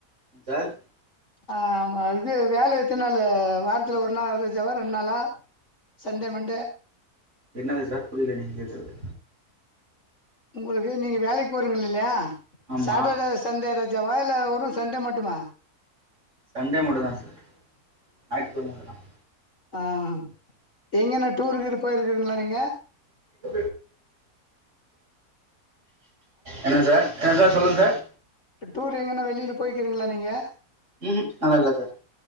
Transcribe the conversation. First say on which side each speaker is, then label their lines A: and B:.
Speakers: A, on the right (about 50°); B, on the left (about 50°).
A: சார்
B: ஆஹ் ம இது வேல எத்தநாளு வாரத்ல ஒரு நாள் செவ்வா ரெண்டு நாளா சண்டே மண்டே
A: என்னது சார் புரியல நீங்க கேட்கறது
B: உங்களுக்கு நீங்க வேலக்கு போறவங்க இல்லையா
A: ஆமாம்
B: சாட்டர்டே சண்டே ரஜ் வாயல வ வெறும் சண்டே மட்டுமா
A: சண்டே மட்டும்தான் சார் ஞாயிற்றுக்கெழம மட்டும்தான்
B: ஆஹ் <unintelligible> எங்கன டூருக்கு கீரு போயிருக்கக்குங்களா நீங்க
A: <inaudible> என்ன சார் என்ன சார் சொல்லுங்க சார்
B: இ டூர் எங்கன்னா வெளியூர் போய்க்கிறீங்களா நீங்க
A: ம் நல்லா இல்லை சார்